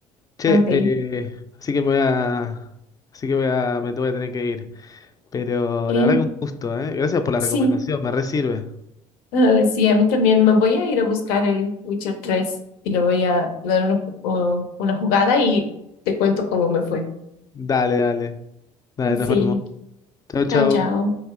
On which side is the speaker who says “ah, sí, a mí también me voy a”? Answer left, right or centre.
Left